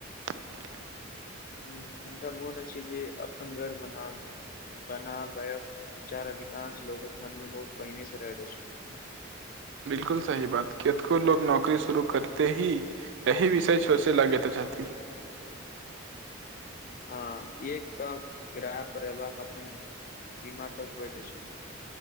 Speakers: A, on the right; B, on the left.
A: <unintelligible>
B: ह हमरा मोन अछि जे अपन घर बना- बना बय विचार अधिकांश लोकोक मनमे बहुत पहिने से रहैत अछि। <unintelligible>
A: बिलकुल सही बात कितको लोकोग नौकरी शुरू करते ही यही विषय छोसे लागागेत चति। <unintelligible>
B: हँ किी एक त किराय परयभाग अपनन- सीमा तक होइ तस।